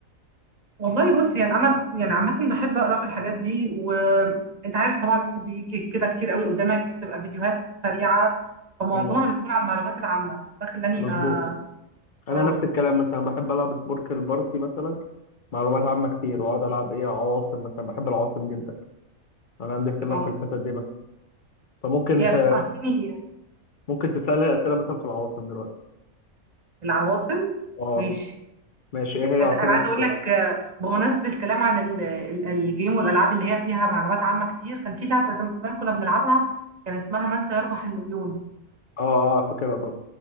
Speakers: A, on the right (about 35°); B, on the left (about 45°).
A: والله بص يعني انا يعني عامه بحب اقرا في الحاجات دي وانت عارف طبعا بيجي كده كتير قوي قدامك تبقى فيديوهات سريعه فمعظمها
B: امم
A: بتكون عن المعلومات العامه ده خلاني
B: مظبوط
A: اه
B: انا
A: اه
B: نفس الكلام مثلا بحب العب سبورك البارتي مثلا معلومات عامة كتير واقعد العب ايه عواصم مثلا بحب العواصم جدا انا عندي اهتمام
A: اه
B: في الحتت دي مثلا فممكن
A: يا
B: ت...
A: فكرتني
B: ممكن تسألها أسئلة مثلا في العواصم دلوقتي
A: العواصم
B: اه
A: ماشي
B: ماشي ايه هي
A: انا
B: عاصمة
A: أنا عايزه اقول
B: اه
A: لك آه، بمناسبه الكلام عن ال- ال- الجيم والالعاب اللي هي فيها معلومات عامه كتير كان في لعبه زمان كنا بنلعبها كان اسمها من سيربح المليون
B: اه فاكرها طبعا